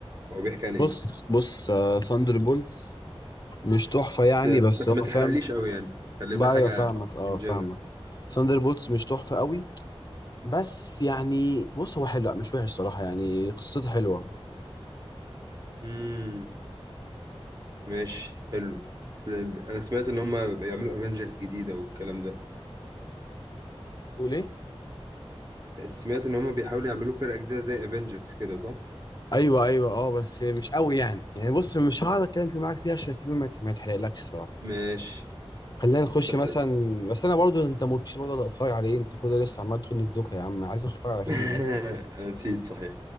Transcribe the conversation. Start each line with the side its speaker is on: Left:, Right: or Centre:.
Right: هو بيحكي عن
Left: بص
Right: ايه
Left: بص ثاندر بولتس مش تحفة يعني
Right: بس
Left: بس
Right: بس
Left: هو
Right: ما
Left: فاهم
Right: تحرقليش قوي يعني كلمنا
Left: بقى
Right: حاجه
Left: ايوه فاهمك اه
Right: ان جنرال
Left: فاهمك ثاندر بولتس مش تحفة قوي بس يعني بص هو حلو لا مش وحش صراحة يعني قصته حلوة
Right: امم ماشي حلو بس انا سمعت ان هم بيعملوا افنجرز جديده والكلام ده
Left: بتقول ايه؟
Right: سمعت ان هم بيحاولوا يعملوا فرقه جديده زي افنجرز كده صح
Left: ايوه ايوه اه بس مش قوي يعني يعني بص مش هقعد اتكلم كتير معاك فيها عشان الفيلم ما يت- ما يتحرقلكش الصراحة
Right: ماشي
Left: خلينا نخش
Right: بس
Left: مثلا
Right: <laughs>
Left: بس انا برضو انت ما قلتليش برضو أقدر اتفرج على ايه انت كده لسه عمال تاخدني في دوكا يا عم عايز اتفرج على فيلم
Right: انا
Left: عادي
Right: نسيت صحيح